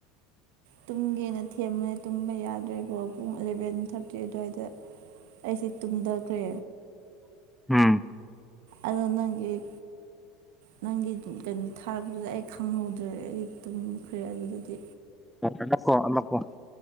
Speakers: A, on the right; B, in the centre.
A: ꯇꯨꯝꯒꯦꯅ ꯊꯦꯝꯕ ꯇꯨꯝꯕ ꯌꯥꯗ꯭ꯔꯦꯀꯣ ꯄꯨꯡ ꯑꯦꯂꯕꯦꯟ ꯊꯥꯔꯇꯤ ꯑꯗꯨꯋꯥꯏꯗ ꯑꯩꯁꯦ ꯇꯨꯝꯗꯒ꯭ꯔꯦ
B: ꯎꯝ
A: ꯑꯗꯣ ꯅꯪꯒꯤ ꯅꯪꯒꯤ ꯀꯩꯅꯣ ꯊꯥꯔꯛꯄꯗꯨꯗ ꯑꯩ ꯈꯪꯍꯧꯗ꯭ꯔꯦ ꯑꯩ ꯇꯨꯝꯈ꯭ꯔꯦ ꯑꯗꯨꯗꯗꯤ
B: <unintelligible> ꯀꯣ ꯑꯃ ꯀꯣ